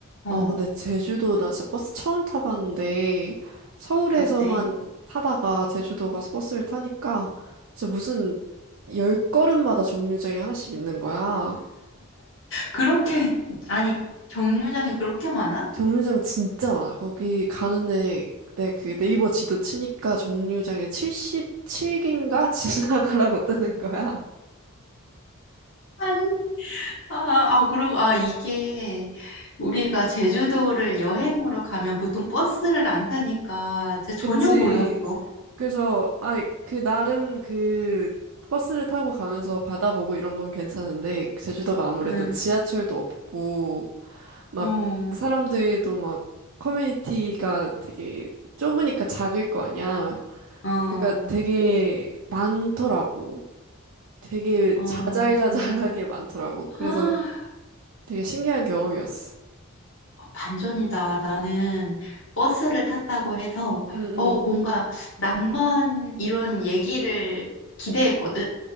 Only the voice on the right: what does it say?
아
근데 제주도 나 진짜 버스 처음 타봤는데 서울에서만
타다가 제주도 가서 버스를 타니까 진짜 무슨 열 걸음마다 정류장이 하나씩 있는 거야.
정류장 진짜 많아. 거기 가는데 내그 네이버 지도 치니까 정류장에 77개인가 <laughs> 지나가라고 뜨는 거야.
그치.
그래서 아, 그 나름 그 버스를 타고 가면서 바다 보고 이런 건 괜찮은데 제주도가 아무래도
지하철도 없고 막
사람들도 막 커뮤니티가 되게 좁으니까 작을 거 아니야.
그러니까 되게 많더라고. 되게
자잘자잘하게 많더라고. 그래서
되게 신기한 경험이었어.
응, 응,